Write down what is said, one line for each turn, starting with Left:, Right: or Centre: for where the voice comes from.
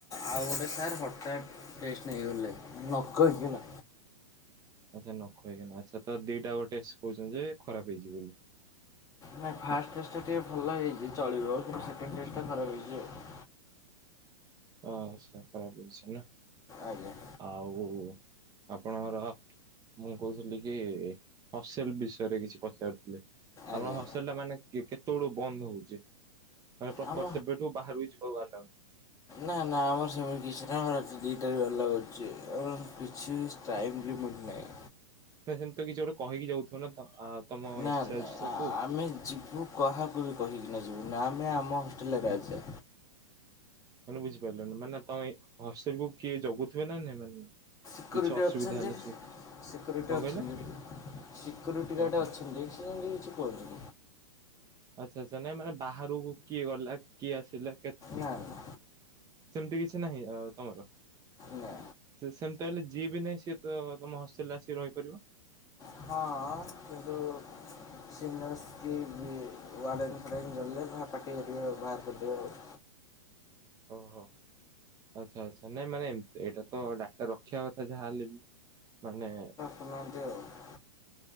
Left: ଆଉ ଗୋଟେ ସାର୍ ହଟାତ୍ ଟେଷ୍ଟ ନେଇଗଲେ, ନ କହିକି ନା।
Right: ଆଚ୍ଛା ନ କହିକିନା, ଆଚ୍ଛା ତ ଦିଟା ଗୋଟେ କହୁଛନ୍ତି ଯେ ଖରାପ ହେଇଛି ବୋଲି।
Left: ନାଇଁ ଫାଷ୍ଟ ଟେଷ୍ଟଟା ଟିକେ ଭଲ ହେଇଛି ଚଳିବ, କିନ୍ତୁ ସେକେଣ୍ଡ ଟେଷ୍ଟଟା ଖରାପ ରହିଛି ଆଉ।
Right: ଆଚ୍ଛା ଖରାପ ହେଇଚି।
Left: ଆଜ୍ଞା।
Right: ଆଉ ଆପଣଙ୍କର। ମୁଁ କହୁଥିଲି କି, ହଷ୍ଟେଲ ବିଷୟରେ କିଛି ପଚାରୁଥିଲି।
Left: ଆଜ୍ଞା
Right: ଆମଣ ହଷ୍ଟେଲ ଟା ମାନେ କେତେବେଳୁ ବନ୍ଦ ହଉଛି? ଆ ପ୍ରପର
Left: ଆମ
Right: ସେବେଠୁ ବାହାରୁ କିଛି ପଡ଼ିଲାଣି ନା।
Left: ନା ନା ଆମର ସେମିତି କିଛି ନା ରାତି ଦିଟାରେ ବି ଆଲାଓ ଅଛି। ଆଉ କିଛି ଟାଇମ୍ ଲିମିଟ୍ ନାହିଁ।
Right: ତ ସେମିତି କିଛି ଗୋଟେ କହିକି ଯାଉଥିବ ନା। ତମ
Left: ନା
Right: ଇନଚାର୍ଜ ସବୁ
Left: ଆମେ ଯିବୁ। କାହାକୁ ବି କହିକିନା ଯିବୁନି, ଆମେ ଆମ ହଷ୍ଟେଲରେ ରାଜା।
Right: ମାନେ ବୁଝିପାରିଲନ ମାନେ ତମ ହଷ୍ଟେଲକୁ କିଏ ଜଗୁଥିବେ ନା ମାନେ?
Left: ସେକ୍ୟୁରିଟି
Right: କିଛି ଅସୁବିଧା
Left: ଅଛନ୍ତି,
Right: ହେଲେ ସେ
Left: ସେକ୍ୟୁରିଟି
Right: କଣ
Left: ଅଛନ୍ତି,
Right: କହିଲେ
Left: ସେକ୍ୟୁରିଟି ଗାର୍ଡ଼େ
Right: ଓହୋ
Left: ଅଛନ୍ତି। ସେମତି କିଛି କହୁନୁ।
Right: ଆଚ୍ଛା ଆଚ୍ଛା ନାଇଁ ମାନେ ବାହାରକୁ କିଏ ଗଲା, କିଏ ଆସିଲା, କେ
Left: ନାଁ।
Right: ସେମିତି କିଛି ନାହିଁ ଆଉ ତମର।
Left: ନା ନା
Right: ସେମିତି ହେଲେ ତ ଯିଏ ବି ନାହିଁ ସିଏ ତମ ହଷ୍ଟେଲରେ ଆସିକି ରହିପାରିବ।
Left: ହଁ, ହଁ, କିନ୍ତୁ ସିନ୍ସକି ବି ୱାଡେନ୍ ଫୁଆଡେନ୍ ଜାଣିଲେ ବା ପାଟି କରିବେ ଆଉ ବାହାର କରିଦେବେ ଆଉ।
Right: ଓହୋ, ଆଚ୍ଛା ଆଚ୍ଛା ନାଇଁ ମାନେ ଏମତି ଏଇଟା ତ ଡାଟା ରଖିବା କଥା ଯାହା ହେଲେ ବି। ମାନେ।
Left: କରିନାହାନ୍ତି ଆଉ।